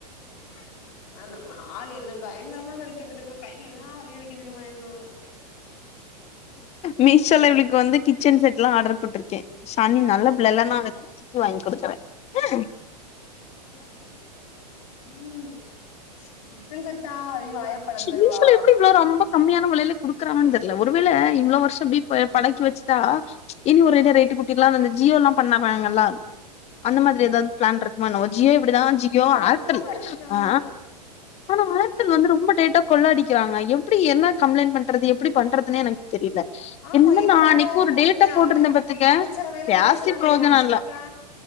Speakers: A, on the left; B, on the left.
A: ஆ ஆள் என்ன பயங்கரமா கடிச்சு விட்டு தெரியுமா கை என்ன வலி வலிக்கு தெரியுமா இன்னோ
B: மீஷோல இவளுக்கு வந்து கிச்சன் செட்லா ஆர்டர் போட்ருக்கே ஷன் நல்லா பிள்ளள நா அதுனால சித்தி வாங்கி குடுக்குறே ம்
A: உம் கிச்சன் செட்டா அப்டி வய பொலந்துருவா
B: மீஷோல எப்டி இவ்ளோ ரொம்ப கம்மியான வெலைல குடுக்குறாங்கனு தெரில ஒருவேள இந்த வருஷோ எப்டி பழக்கி வச்சுட்டா இனி ஒரு இது ரேட்டு கூட்டிர்லா அந்த ஜியோ எல்லா பண்ணாங்கல்லா அந்த
A: ஆ
B: மாரி ஏதாவது பிளான் இருக்குமா என்னவொ ஜியோ இப்டிதா ஜியோ
A: ஆனா ரொம்ப
B: ஏர்டெல்
A: வருஷமா
B: ஆ ஆனா ஏர்டல் வந்து ரொம்ப டேட்டா கொள்ளடிக்கிறாங்க எப்டி என்ன கம்ப்ளைண்ட் பண்றது எப்டி பண்றதுனே எனக்கு தெரில
A: ஆமா
B: இன்ன
A: இதுக்காக
B: நா அன்னைக்கு ஒரு
A: ஒருத்தன்
B: டேட்டா போட்டிருந்த
A: அம்மை
B: பாத்துக்க
A: அமைச்சரவையில
B: பேசி
A: பேசுனாங்க
B: பிரோஜனோ
A: ஞாபகம்
B: இல்ல
A: இருக்கா